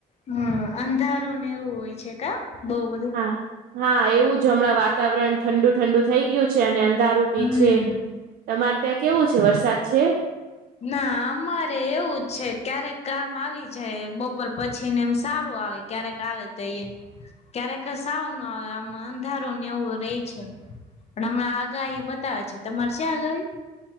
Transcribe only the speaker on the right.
હા હા એવું જ હમણાં વાતાવરણ ઠંડુ ઠંડુ થઈ ગયું છે અને અંધારું બી
છે. તમાર ત્યાં કેવું છે? વરસાદ છે.